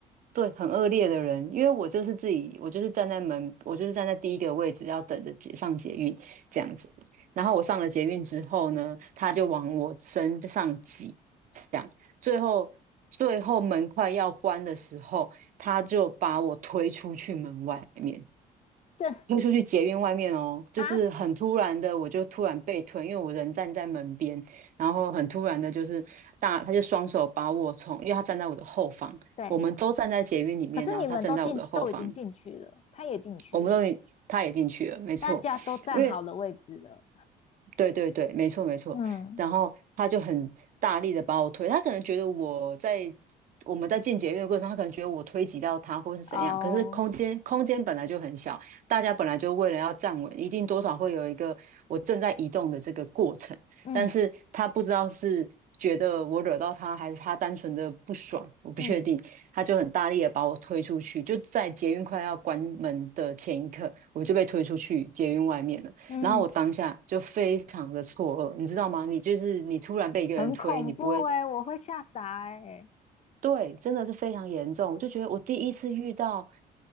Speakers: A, on the right; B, on the left.
A: 对，很恶劣的人，因为我就是自己，我就是站在门，我就是站在第一个位置，要等着捷上捷运这样子，然后我上了捷运之后呢，他就往我身上挤。讲，最后最后门快要关的时候，他就把我推出去门外面，
B: 这
A: 推出去捷运外面哦，就是很突然的，
B: 啊，
A: 我就突然被推，因为我人站在门边，然后很突然的，就是大他就双手把我从，因为他站在我的后方，
B: 对，
A: 我们都站在捷运里面，
B: 可是你们都进都已经进去了，
A: 然后他站在我的后方，
B: 他也进去了，
A: 我们都已他也进去了，没错，
B: 大家都站好了位置了。
A: 因为对对对，没错没错。
B: 嗯
A: 然后他就很大力的把我推，他可能觉得我在我们在进捷运的过程中他可能觉得我推挤到他或是怎样。
B: 哦，
A: 可是空间空间本来就很小，大家本来就为了要站稳，一定多少会有一个我正在移动的这个过程。
B: 嗯
A: 但是他不知道是觉得我惹到他，还是他单纯的不爽，我不确定。
B: 嗯
A: 他就很大力的把我推出去，就在捷运快要关门的前一刻，我就被推出去捷运外面了。
B: 嗯，
A: 然后我当下就非常的错愕，你知道吗？你就是你突然被一个人推，
B: 很恐怖哎、
A: 你不会，
B: 我会吓傻哎、
A: 对，真的是非常严重。我就觉得我第一次遇到